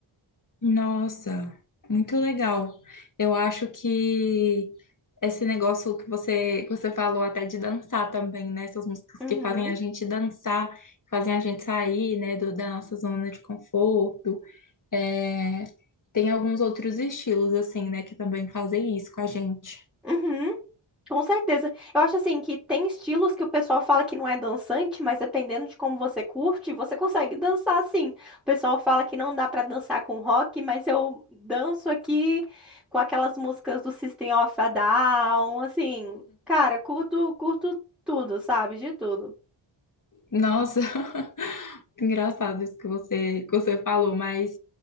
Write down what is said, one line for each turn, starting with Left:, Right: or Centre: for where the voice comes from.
Left: Nossa, muito legal. Eu acho que esse negócio que você, que você falou até de dançar também, né? Essas músicas
Centre: Uhum.
Left: que fazem a gente dançar, fazem a gente sair, né, do- da nossa zona de conforto. É, tem alguns outros estilos, assim, né, que também fazem isso com a gente.
Centre: Uhum. Com certeza. Eu acho assim que tem estilos que o pessoal fala que não é dançante, mas dependendo de como você curte, você consegue dançar sim. O pessoal fala que não dá pra dançar com rock, mas eu danço aqui com aquelas músicas do System of a Down, assim. Cara, curto, curto tudo, sabe? De tudo.
Left: Nossa, <laughs> engraçado isso que você, que você falou, mas